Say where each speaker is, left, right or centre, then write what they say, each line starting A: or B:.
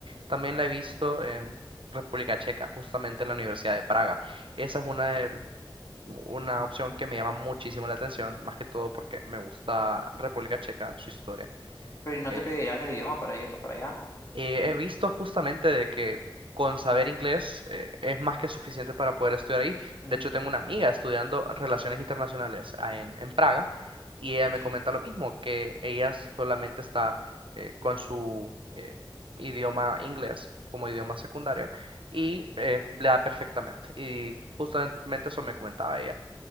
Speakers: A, on the right; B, on the left.
A: También la he visto en República Checa, justamente en la Universidad de Praga. Esa es una, de- una
B: ujú.
A: opción que me llama muchísimo la atención, más que todo porque me gusta República Checa, su historia.
B: Pero no
A: eh,
B: te pedirán el idioma para irte para allá.
A: Eh, he visto justamente de que con saber inglés eh, es más que suficiente para poder estudiar ahí.
B: Ujú.
A: De hecho, tengo una amiga estudiando relaciones internacionales ah, en, en Praga
B: No,
A: y ella
B: pues,
A: me comenta lo mismo, que ella solamente está eh, con su eh, idioma inglés como idioma secundario y eh, le da perfectamente. Y justamente eso me comentaba ella.